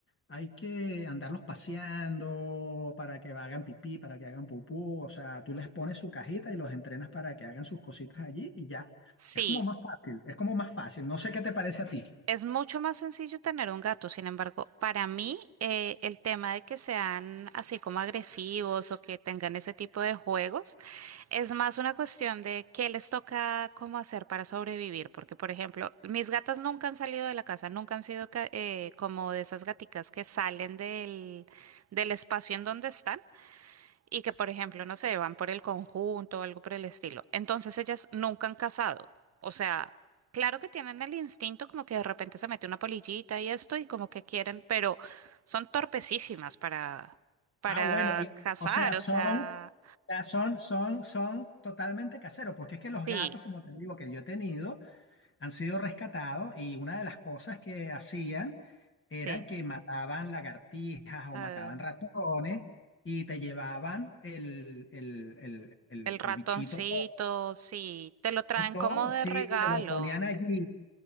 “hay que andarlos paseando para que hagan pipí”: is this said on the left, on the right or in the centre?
Left